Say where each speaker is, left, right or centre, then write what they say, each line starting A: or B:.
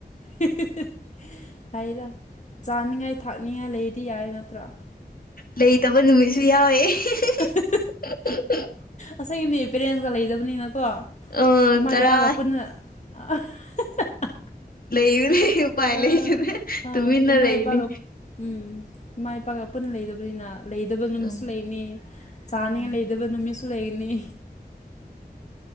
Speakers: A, on the left; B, on the left.
A: <unintelligible> ꯌꯥꯗ ꯆꯥꯅꯤꯡꯉꯥꯏ ꯊꯥꯛꯅꯤꯡꯉꯥꯏ ꯂꯩꯔꯗꯤ ꯌꯥꯔꯦ ꯅꯠꯇ꯭ꯔ
B: ꯂꯩꯇꯕ ꯅꯨꯃꯤꯠꯁꯨ ꯌꯥꯎꯋꯦ
A: <unintelligible>
B: <unintelligible>
A: ꯑꯁꯦꯡꯒꯤꯅꯦ ꯄꯦꯔꯦꯟꯁꯀ ꯂꯩꯗꯕꯅꯤꯅꯀꯣ
B: ꯑ
A: ꯏꯃꯥ
B: ꯆꯔꯥ
A: ꯏꯄꯥꯒ ꯄꯨꯟꯅ <unintelligible>
B: ꯂꯩ <unintelligible> ꯎꯄꯥꯏ
A: ꯑꯥ
B: ꯂꯩ <unintelligible> ꯇꯨꯃꯤꯟꯅ
A: ꯏꯃꯥ
B: ꯂꯩꯅꯤ
A: ꯏꯄꯥꯒ ꯎꯝ ꯏꯃꯥ ꯏꯄꯥꯒ ꯄꯨꯟꯅ ꯂꯩꯗꯕꯅꯤꯅ ꯂꯩꯗꯕ ꯅꯨꯃꯤꯠꯁꯨ
B: ꯎꯝ
A: ꯂꯩꯅꯤ ꯆꯥꯅꯤꯡꯉ
B: ꯎꯝ
A: ꯂꯩꯗꯕ ꯅꯨꯃꯤꯠꯁꯨ ꯂꯩꯒꯅꯤ